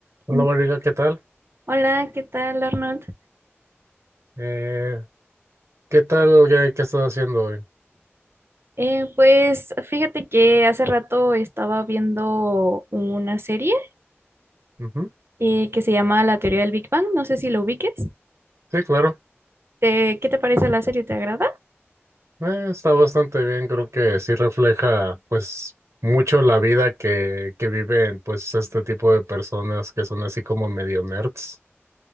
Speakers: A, on the right; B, on the right.
A: Hola
B: En-
A: María, ¿qué tal?
B: Hola, ¿qué tal, Arnold?
A: Eh, ¿qué tal? ¿Qué, qué estás haciendo hoy?
B: Eh, pues fíjate que hace rato estaba viendo una serie
A: Ujú.
B: eh, que se llama La teoría del Big Bang. No sé si lo ubiques.
A: Sí, claro.
B: ¿Te- qué te parece la serie? ¿Te agrada?
A: Eh, está bastante bien, creo que sí refleja pues mucho la vida que, que viven pues este tipo de personas que son así como medio nerds.